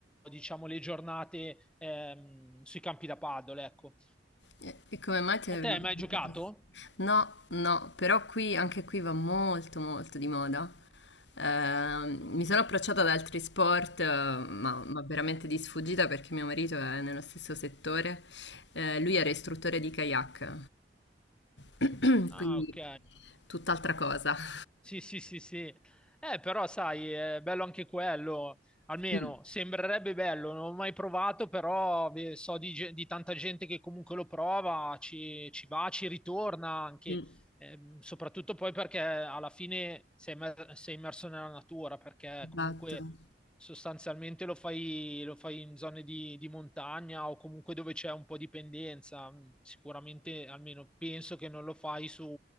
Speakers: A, in the centre; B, on the left (about 75°).
A: diciamo, le giornate ehm, sui campi da paddle, ecco.
B: E e come mai ti avevano
A: A te hai mai
B: questa
A: giocato?
B: passione? No, no, però qui, anche qui va molto molto di moda. Ehm, mi sono approcciata ad altri sport, eh, ma, ma veramente di sfuggita perché mio marito è nello stesso settore. Eh, lui era istruttore di kayak, ehm,
A: Ah,
B: <clears throat> quindi
A: ok.
B: tutt'altra cosa. <laughs>
A: Sì, sì, sì, sì. Eh, però sai, è bello anche quello, almeno
B: Mm,
A: sembrerebbe bello, non ho mai provato, però beh, so di, ge- di tanta gente che comunque lo prova, ci, ci va, ci ritorna anche,
B: mm,
A: Ehm, soprattutto poi perché alla fine sei, immer- sei immerso nella natura, perché
B: esatto.
A: comunque sostanzialmente lo fai, lo fai in zone di, di montagna o comunque dove c'è un po' di pendenza, sicuramente almeno penso che non lo fai su